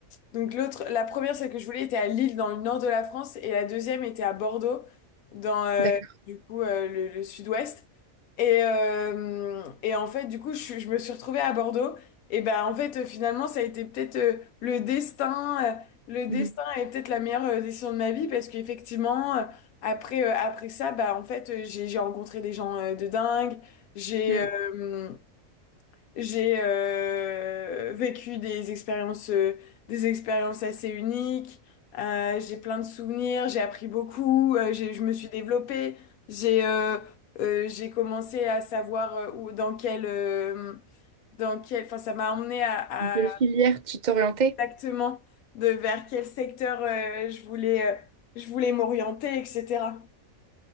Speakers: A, on the left; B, on the right.
A: Donc, l'autre, la première, celle que je voulais, était à Lille, dans le nord de la France, et la deuxième était à Bordeaux, dans euh,
B: D'accord.
A: du coup euh, le, le sud-ouest. Et, euh, et en fait, du coup, je, suis- je me suis retrouvée à Bordeaux. Et ben, en fait, euh, finalement, ça a été peut-être euh, le destin. euh, le destin
B: Mhm.
A: est peut-être la meilleure euh, décision de ma vie parce qu'effectivement, euh, après, euh, après ça, bah, en fait, euh, j'ai j'ai rencontré des gens euh, de dingue. J'ai.
B: Mm.
A: euh, j'ai euh, vécu des expériences, euh, des expériences assez uniques. Euh, j'ai plein de souvenirs. J'ai appris beaucoup. euh, j'ai, je me suis développée. J'ai euh, euh, j'ai commencé à savoir euh, où, dans quel, euh, dans quel, enfin, ça m'a emmené à,
B: Quelle
A: à
B: filière tu t'orientais?
A: exactement de vers quel secteur euh, je voulais, euh, je voulais m'orienter, etc.